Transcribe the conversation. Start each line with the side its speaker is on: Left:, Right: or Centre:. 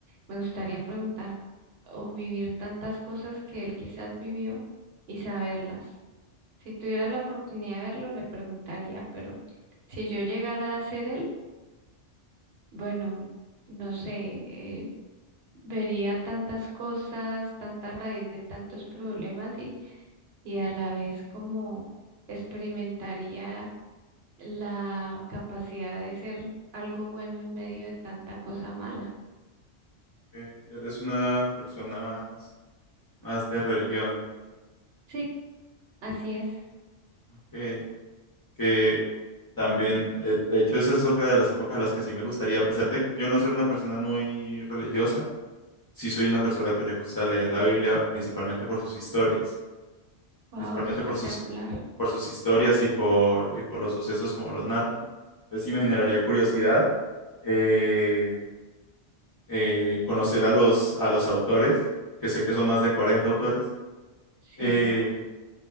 Right: Me gustaría preguntar o vivir tantas cosas que él quizás vivió y saberlas. Si tuviera la oportunidad de verlo, le preguntaría, pero si yo llegara a ser él, bueno, no sé, eh, vería tantas cosas, tanta raíz de tantos problemas y, y a la vez como experimentaría la capacidad de ser algo bueno en medio de tanta cosa mala.
Left: Eh, eres una persona más, más de religión,
Right: Sí, así es.
Left: ok. Que también, eh, de hecho, esa es otra de las épocas a las que sí me gustaría, a pesar de yo no ser una persona muy religiosa, sí soy una persona que le gusta leer la Biblia principalmente por sus historias,
Right: Wow,
Left: principalmente
Right: espectacular.
Left: por sus por sus historias y por, y por los sucesos como los narran. Entonces sí me generaría curiosidad eh, eh, conocer a los, a los autores, que sé que son más de 40 autores.
Right: Sí.
Left: Eh,